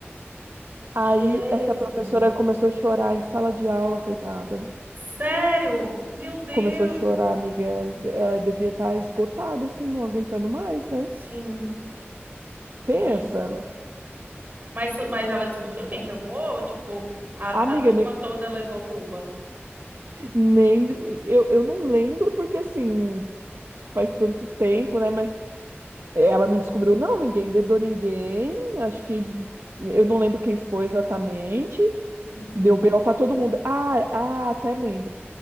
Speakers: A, on the right; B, on the right.
A: Aí
B: Jesus.
A: essa professora começou a chorar em sala de aula, coitada.
B: Sério? Meu Deus.
A: Começou a chorar, amiga. Ela devia estar esgotada, assim, não aguentando mais, né?
B: Sim.
A: Pensa,
B: E mas mas ela descobriu quem jogou, tipo, a,
A: amiga,
B: a turma
A: nem,
B: toda levou culpa.
A: nem eu, eu não lembro porque assim faz tanto tempo, né? Mas ela não descobriu, não, ninguém dedou ninguém. Acho que eu não lembro quem foi exatamente.
B: Uhum.
A: Deu BO pra todo mundo. Ah, ah, até lembro.